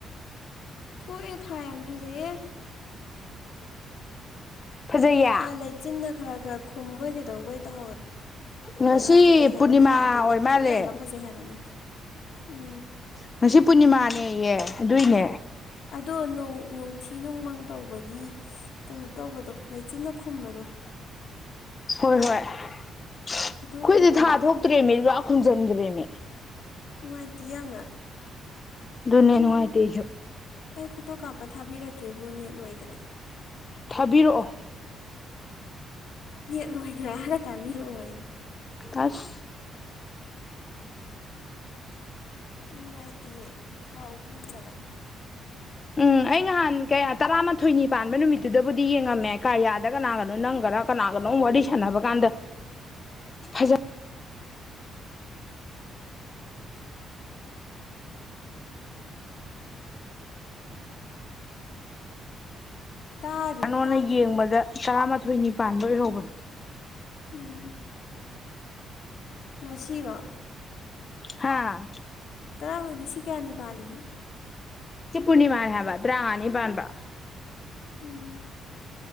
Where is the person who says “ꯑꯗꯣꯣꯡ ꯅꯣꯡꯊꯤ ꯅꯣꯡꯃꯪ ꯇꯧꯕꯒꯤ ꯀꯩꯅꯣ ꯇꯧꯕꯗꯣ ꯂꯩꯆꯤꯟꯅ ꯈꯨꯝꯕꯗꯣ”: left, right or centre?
Left